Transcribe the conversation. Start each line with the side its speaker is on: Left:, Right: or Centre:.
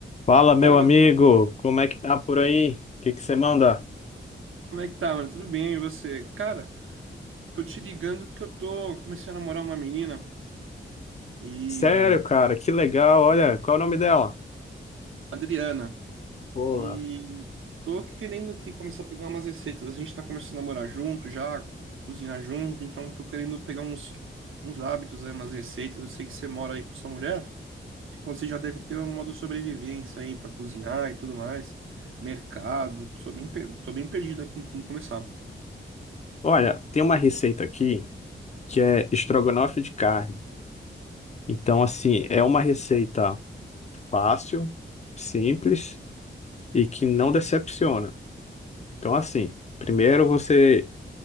Left: Fala, meu
Right: Fala, Gabriel,
Left: amigo, como é que tá por aí? O que que você manda?
Right: como é que tá, mano? Tudo bem, e você? Cara, tô te ligando que eu tô comecei a namorar uma menina e
Left: Sério, cara, que legal. Olha, qual é o nome dela?
Right: Adriana
Left: Boa.
Right: e tô querendo aqui começar a pegar umas receitas. A gente tá começando a morar junto já, cozinhar junto, então tô querendo pegar uns uns hábitos, aí, umas receitas. Eu sei que você mora aí com sua mulher, então você já deve ter um modo de sobrevivência aí pra cozinhar e tudo mais. Mercado, tô bem per- tô bem perdido aqui em como começar.
Left: Olha, tem uma receita aqui que é estrogonofe de carne. Então, assim, é uma receita fácil, simples e que não decepciona. Então, assim, primeiro você